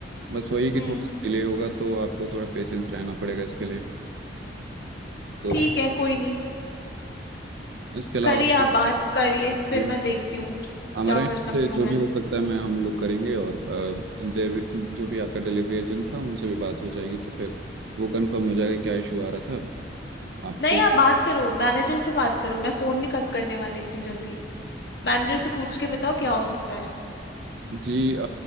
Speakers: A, on the right (about 75°); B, on the left (about 60°).
A: बस वही कि
B: हम्म
A: थोड़ा सा डिले होगा तो आपको थोड़ा पेशेंस रहना पड़ेगा इसके लिए तो
B: ठीक है कोई नहीं
A: इसके अलावा
B: करिए
A: और कुछ
B: आप बात करिए फिर
A: जी
B: मैं देखती हूँ कि
A: हमारे
B: क्या
A: यहाँ
B: कर सकती
A: से
B: हूँ
A: जो
B: मैं
A: भी हो सकता है मैं हम लोग करेंगे और अ, देव- जो भी आपका डिलीवरी एजेंट था उनसे भी बात हो जाएगी तो फिर वो कंफर्म हो जाएगा क्या इशू आ रहा था आपके
B: नहीं आप बात करो मैनेजर से बात करो मैं फोन नहीं कट करने वाली इतनी जल्दी मैनेजर से पूछ के बताओ क्या हो सकता है
A: जी अ,